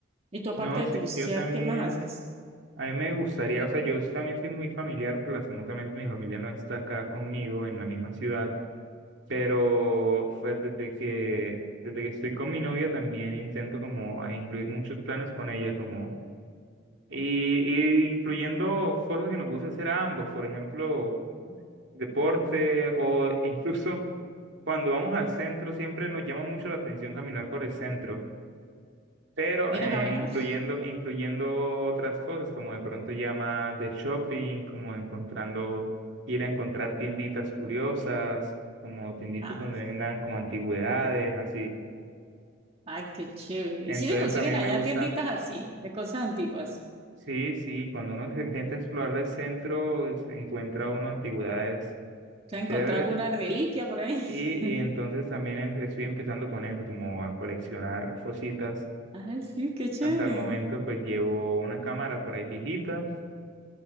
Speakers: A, on the right; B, on the right.
A: Y tú, aparte
B: No,
A: de
B: sí,
A: turistear,
B: yo también,
A: ¿qué más haces?
B: a mí me gustaría, o sea, yo también soy muy familiar, pero lastimosamente mi familia no está acá conmigo en la misma ciudad, pero pues desde que, desde que estoy con mi novia también intento como a incluir muchos planes con ella, como Y, y incluyendo cosas que nos gusta hacer a ambos, por ejemplo, deporte o <laughs> incluso cuando vamos al centro siempre nos llama mucho la atención caminar por el centro, pero
A: ir
B: eh,
A: a caminar.
B: incluyendo, incluyendo otras cosas como de pronto ya más de shopping, como encontrando, ir a encontrar tienditas curiosas, como tienditas
A: Ah,
B: donde vendan como antigüedades, así.
A: ay, qué chévere.
B: Entonces
A: ¿Y si se consiguen
B: también
A: allá
B: me gusta
A: tienditas así, de cosas antiguas?
B: Sí, sí, cuando uno se empieza a explorar el centro, se encuentra uno antigüedades
A: ¿Se ha encontrado
B: chéveres
A: alguna reliquia por ahí?
B: y,
A: <laughs>
B: y entonces también em- estoy empezando con eso, como a coleccionar cositas.
A: Ay, sí, qué chévere.
B: Hasta el momento pues llevo una cámara por ahí viejita